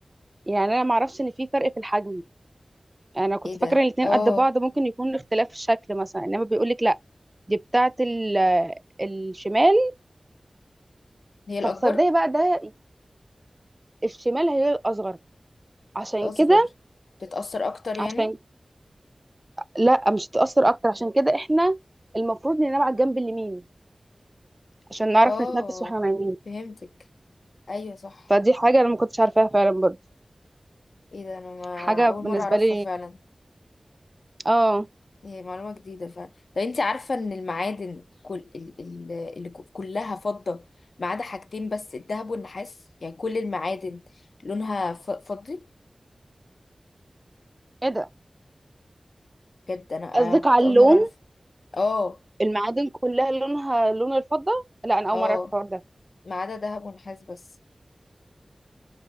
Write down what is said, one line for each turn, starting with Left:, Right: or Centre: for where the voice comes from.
Right: يعني انا معرفش ان في فرق في الحجم انا كنت
Left: ايه ده
Right: فاكره الاتنين
Left: اه
Right: قد بعض ممكن يكون اختلاف الشكل مثلا انما بيقولك لا دي بتاعه ال- آه، الشمال
Left: هي الاكبر
Right: طب صدقي بقى ده الشمال هي الاصغر عشان
Left: اصغر
Right: كده
Left: بتتأثر اكتر يعني
Right: عشان لا مش هتتاثر اكتر عشان كده احنا المفروض ننام على الجنب اليمين عشان نعرف
Left: اه
Right: نتنفس واحنا نايمين
Left: فهمتك ايوه صح
Right: فدي حاجه انا ما كنتش عارفاها فعلا برضه
Left: ايه ده انا ما
Right: حاجه
Left: اول
Right: بالنسبه
Left: مرة اعرفها
Right: لي
Left: فعلا
Right: اه
Left: هي معلومة جديدة فعلا طب انت عارفة ان المعادن كل ال... ال... اللي ك- كلها فضة ما عدا حاجتين بس الذهب والنحاس يعني كل المعادن لونها ف... فضي
Right: ايه ده
Left: بجد انا
Right: قصدك
Left: آه كنت
Right: على
Left: اول
Right: اللون
Left: مرة اعرف اه
Right: المعادن كلها لونها لون الفضه لا انا اول
Left: اه
Right: مره اعرف الحوار ده
Left: ما عدا ذهب ونحاس بس